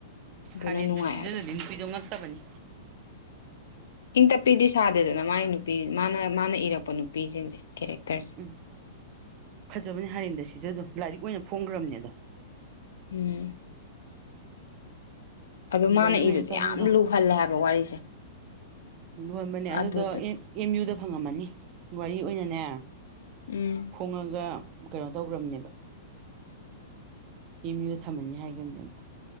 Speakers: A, on the left; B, on the right.
A: ꯑꯗꯨꯅ
B: ꯍꯥꯔꯦꯝꯗ
A: ꯅꯨꯡꯉꯥꯏ
B: ꯁꯤꯖꯥꯗꯗꯤ
A: ꯍꯥꯏꯕ
B: ꯅꯨꯄꯤꯗꯣ ꯉꯛꯇꯕꯅꯤ
A: ꯏꯪ ꯇꯞꯄꯤꯗꯤ ꯁꯥꯗꯦꯗꯅ ꯃꯥꯒꯤ ꯅꯨꯄꯤ ꯃꯥꯅ ꯃꯥꯅ ꯏꯔꯛꯄ ꯅꯨꯄꯤꯖꯤꯡꯁꯦ ꯀꯦꯔꯦꯛꯇꯔꯁꯦ
B: ꯎꯝ ꯐꯖꯕꯅꯦ ꯍꯥꯏꯔꯦꯝꯗ ꯁꯤꯖꯥ ꯗꯣ ꯂꯥꯏꯔꯤꯛ ꯑꯣꯏꯅ ꯐꯣꯡꯒ꯭ꯔꯕꯅꯦ ꯑꯗꯣ
A: ꯎꯝ ꯑꯗꯣ
B: ꯋꯥꯔꯤ
A: ꯃꯥꯅ
B: ꯑꯣꯏꯅ
A: ꯏꯕꯁꯦ
B: ꯇꯥꯔꯝꯗ
A: ꯌꯥꯝ ꯂꯨꯍꯜꯂꯦ ꯍꯥꯏꯕ ꯋꯥꯔꯤꯁꯦ
B: ꯌꯣꯟꯕꯅꯦ ꯑꯗꯨꯗꯣ
A: ꯑꯗꯨꯗ
B: ꯑꯦ ꯑꯦꯝꯌꯨꯗ ꯐꯪꯉꯝꯃꯅꯤ ꯋꯥꯔꯤ ꯑꯣꯏꯅꯅꯦ
A: ꯎꯝ
B: ꯐꯣꯡꯉ ꯒ ꯀꯩꯅꯣ ꯇꯧꯒ꯭ꯔꯕꯅꯦꯕ ꯑꯦꯝꯌꯨꯗ ꯊꯝꯃꯅꯤ ꯍꯥꯏꯒꯤꯕꯅꯦꯕ